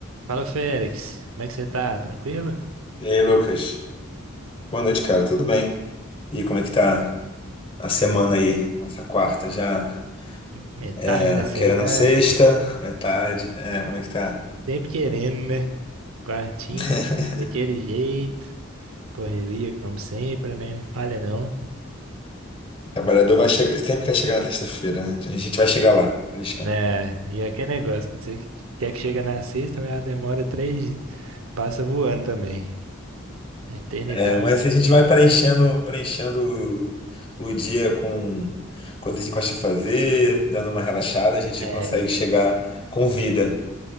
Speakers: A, on the right (about 85°); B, on the left (about 25°).
A: Fala, Félix. Como é que você tá? Tranquilo?
B: E aí, Lucas? Boa noite, cara. Tudo bem? E como é que tá a semana aí, nessa quarta? Já
A: Metade
B: é,
A: da semana,
B: querendo a sexta, metade. É, como é que tá?
A: sempre querendo, né? Quartinha,
B: <laughs>
A: daquele jeito, correria como sempre, né? Não falha não.
B: O Trabalhador vai chegar, sempre quer chegar na sexta-feira, né? A gente vai chegar lá, pode deixar.
A: Né? E é aquele negócio, você quer que chega na sexta, mas ela demora três, dias, passa voando também. A eternidade.
B: É, mas a gente vai preenchendo, preenchendo o, o dia com coisas que a gente gosta de fazer, dando uma relaxada, a gente
A: É,
B: consegue chegar com vida.